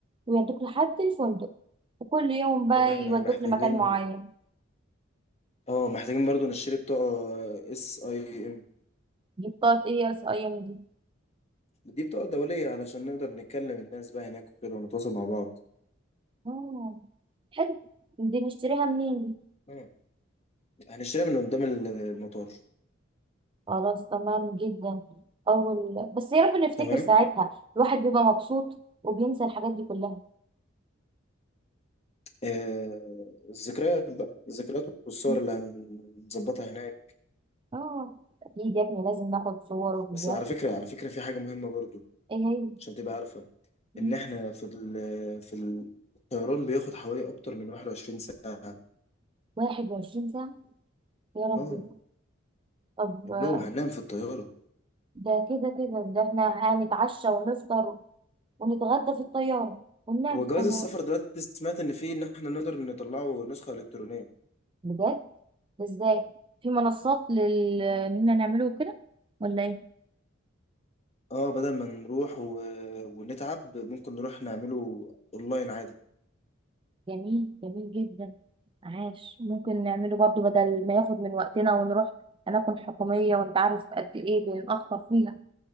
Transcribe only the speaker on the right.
ويودوك لحد الفندق وكل يوم بقى
يودوك
لمكان معين
دي بطاقة ايه اس اي ام دي
آه، حلو دي نشتريها منين دي
خلاص تمام جدا اول بس يا رب نفتكر
ساعتها الواحد بيبقى مبسوط وبينسى الحاجات دي كلها
مم.
اه اكيد يا ابني لازم ناخد صور وفيديوهات
ايه هي
مم.
21 ساعة يا ربي
طب
ده كده كده ده احنا هنتعشى ونفطر ونتغدى في الطيارة وننام
في الطيارة
بجد ده ازاي في منصات لل اننا نعمله كده ولا ايه
جميل جميل جدا عاش ممكن نعمله برضو بدل ما ياخد من وقتنا ونروح أماكن حكومية وأنت عارف قد إيه بنتأخر فيها